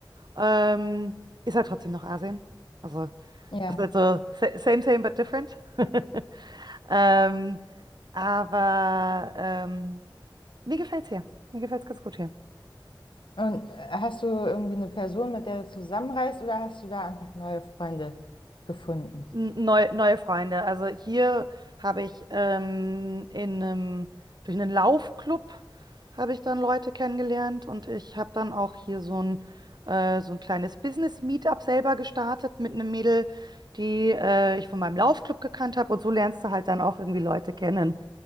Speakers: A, on the right; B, on the left.
A: Ähm, ist halt trotzdem noch Asien. Also
B: Ja.
A: es ist halt so sa- same, same, but different. <laughs> Ähm, aber ähm, mir gefällt's hier. Mir gefällt's ganz gut hier.
B: Und äh, hast du irgendwie eine Person, mit der du zusammenreist oder hast du da einfach neue Freunde gefunden?
A: N- Neu, neue Freunde. Also hier habe ich ähm, in einem, durch einen Laufclub habe ich dann Leute kennengelernt und ich habe dann auch hier so ein, äh, so ein kleines Business-Meetup selber gestartet mit einem Mädel, die äh, ich von meinem Laufclub gekannt habe und so lernst du halt dann auch irgendwie Leute kennen.